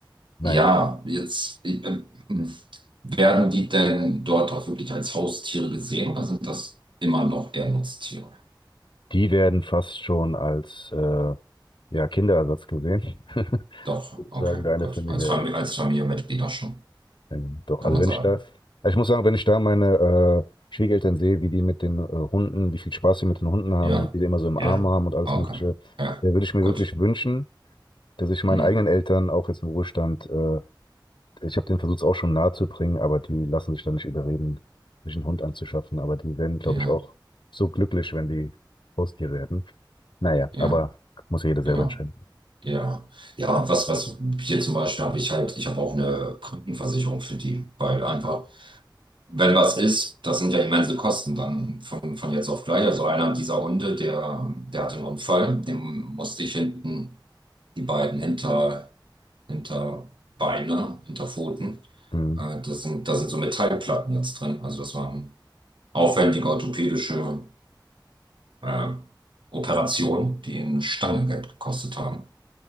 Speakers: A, on the left; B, on the right.
A: Naja,
B: Ja, jetzt äh, ähm, werden die denn dort auch wirklich als Haustiere gesehen oder sind das immer noch eher Nutztiere?
A: die werden fast schon als äh, ja, Kinderersatz gesehen, <laughs>
B: Doch, okay,
A: sagen deine
B: gut.
A: Familie.
B: Als Familie,
A: ja.
B: als Familienmitglieder schon,
A: Ähm, Doch,
B: kann
A: also
B: man
A: wenn
B: sagen.
A: ich da, also ich muss sagen, wenn ich da meine äh, Schwiegereltern sehe, wie die mit den äh, Hunden, wie viel Spaß sie mit den Hunden haben
B: Ja,
A: und die, die immer so im
B: ja,
A: Arm haben und alles
B: okay,
A: Mögliche,
B: ja,
A: da würde ich mir
B: gut.
A: wirklich wünschen, dass ich meinen
B: Hm,
A: eigenen Eltern auch jetzt im Ruhestand, äh, ich habe den Versuch auch schon nahe zu bringen, aber die lassen sich da nicht überreden, sich einen Hund anzuschaffen. Aber die werden, glaube
B: ja,
A: ich, auch so glücklich, wenn die Haustier werden. Naja,
B: ja,
A: aber muss ja jeder selber
B: ja,
A: entscheiden.
B: ja. Ja, was, was hier zum Beispiel habe ich halt, ich habe auch eine Krankenversicherung für die, weil einfach Wenn was ist, das sind ja immense Kosten dann von, von jetzt auf gleich. Also einer dieser Hunde, der, der hatte einen Unfall, dem musste ich hinten die beiden hinter, hinter Beine, hinter Pfoten.
A: Mhm.
B: Äh, das sind, da sind so Metallplatten jetzt drin. Also das war eine aufwendige orthopädische äh, Operation, die eine Stange Geld gekostet haben.